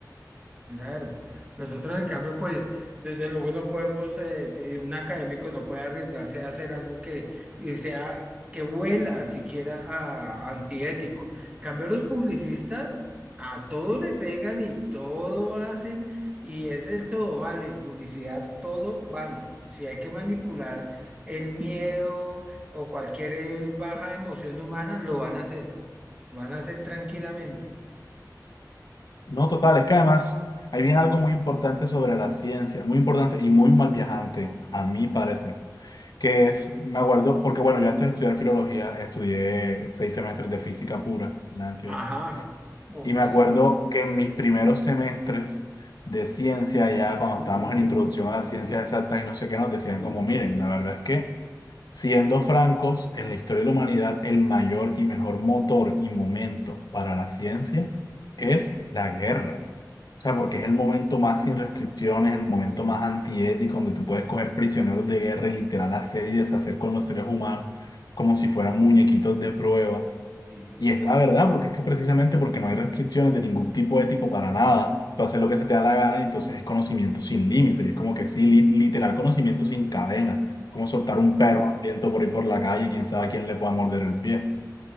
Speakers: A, on the right (about 15°); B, on the left (about 65°).
A: Claro. Nosotros, en cambio, pues, desde luego no podemos, eh, que un académico no puede arriesgarse a hacer algo que eh, sea, que huela siquiera a antiético. En cambio, los publicistas a todo le pegan y todo hacen, y es el todo vale. En publicidad todo vale. Si hay que manipular el miedo o cualquier eh, baja emoción humana, lo van a hacer, lo van a hacer tranquilamente.
B: No, total, es que además ahí viene algo muy importante sobre la ciencia, muy importante y muy mal viajante, a mi parecer, que es, me acuerdo, porque bueno, yo antes de estudiar filología estudié seis semestres de física pura en la Antioquia.
A: Ajá, ok,
B: Y me acuerdo que en mis primeros semestres de ciencia, ya cuando estábamos en introducción a las ciencias exactas y no sé qué, nos decían como, miren, la verdad es que, siendo francos, en la historia de la humanidad, el mayor y mejor motor y momento para la ciencia es la guerra. O sea, porque es el momento más sin restricciones, el momento más antiético, donde tú puedes coger prisioneros de guerra y literal hacer y deshacer con los seres humanos como si fueran muñequitos de prueba.
A: sí.
B: Y es la verdad, porque es que precisamente porque no hay restricciones de ningún tipo ético para nada, tú haces lo que se te da la gana y entonces es conocimiento sin límite. Y es como que sí, li- literal conocimiento sin cadena, como soltar un perro hambriento por ir por la calle y quién sabe a quién le pueda morder el pie.